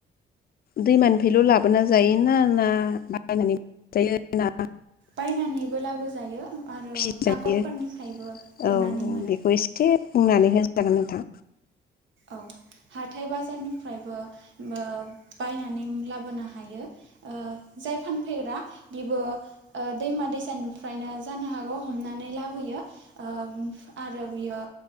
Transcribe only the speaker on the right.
बायनानैबो लाबोजायो आरो
हाख'रफोरनिफ्रायबो गुरनानै
मोनो।
औ हाथाय बाजारनिफ्रायबो ओ बायनानै लाबोनो हायो ओ जाय फानफैग्रा बिबो ओ दैमा दैसानिफ्रायनो जानो हागौ हमनानै लाबोयो ओ आरो बियो